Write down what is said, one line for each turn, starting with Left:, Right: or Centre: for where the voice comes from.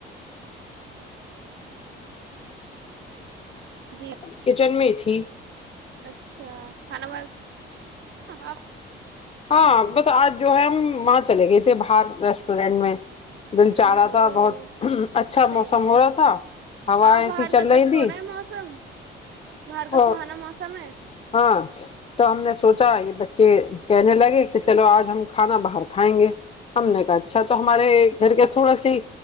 Right: جی
Left: کچن میں تھی
Right: اچھا کھانا و آپ
Left: ہاں بس آج جو ہے ہم وہاں چلے گئے تھے باہر ریسٹورینٹ میں دل چا
Right: او
Left: رہا
Right: ہو
Left: تھا بہت اچھا
Right: صحیح
Left: موسم
Right: ہے
Left: ہو رہا تھا ہوا
Right: ہاں
Left: ایسی
Right: باہر
Left: چل
Right: کا تو
Left: رہی
Right: اچھا
Left: تھی
Right: ہو رہا ہے موسم باہر کا
Left: اور
Right: سہانا موسم ہے
Left: ہاں تو ہم نے سوچا یہ بچے کہنے لگے کہ چلو آج ہم کھانا باہر کھائیں گے ہم نے کہا اچھا تو ہمارے گھر کے تھوڑا س ہی